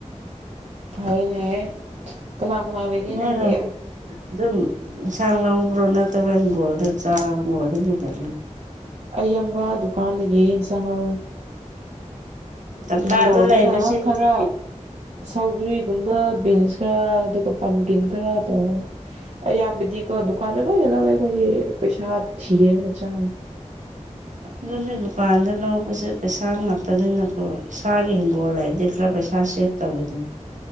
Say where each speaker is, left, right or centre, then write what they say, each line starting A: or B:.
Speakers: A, on the right (about 55°); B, on the right (about 75°).
A: ꯍꯣꯏ ꯅꯦ ꯀꯅꯥ ꯀꯅꯥ ꯂꯩꯒꯦ
B: ꯅꯣꯏꯔꯣꯝ
A: ꯅꯪꯗꯤ
B: ꯑꯗꯨꯝ ꯑꯦꯟꯁꯥꯡ ꯂꯕ꯭ꯔꯣ ꯅꯠꯇꯕ ꯍꯤꯡꯒꯣꯜꯗ ꯆꯥ ꯍꯤꯡꯒꯣꯜꯗ ꯑꯗꯨꯝ
A: ꯑꯩ ꯑꯝꯕ ꯗꯨꯀꯥꯟꯗꯒꯤ ꯏꯟꯁꯥꯡ ꯂꯧꯋꯦ
B: ꯇꯝꯄꯥꯛꯇ
A: ꯍꯤꯡꯒꯣꯗꯅ
B: ꯂꯩꯕꯁꯤꯡꯗꯤ
A: ꯈꯔ ꯁꯧꯒꯔꯤꯒꯨꯝꯕ ꯕꯤꯟꯁ ꯈꯔ ꯑꯗꯨꯒ ꯄꯝꯀꯤꯟ ꯈꯔ ꯇꯧꯔꯒ ꯑꯌꯥꯝꯕꯗꯤꯀꯣ ꯗꯨꯀꯥꯟꯗ ꯂꯣꯏꯅ ꯂꯧꯋꯦ ꯑꯩꯈꯣꯏꯗꯤ ꯄꯩꯁꯥ ꯊꯤꯔꯒ
B: ꯑꯗꯨꯅꯤ ꯗꯨꯀꯥꯟꯗ ꯂꯧꯕꯁꯦ ꯄꯩꯁꯥ ꯉꯥꯛꯇꯅꯤꯅꯀꯣ ꯏꯁꯥꯒꯤ ꯍꯪꯒꯣꯜ ꯍꯥꯏꯔꯗꯤ ꯈꯔ ꯄꯩꯁꯥ ꯁꯦꯞ ꯇꯧꯋꯦꯗꯅ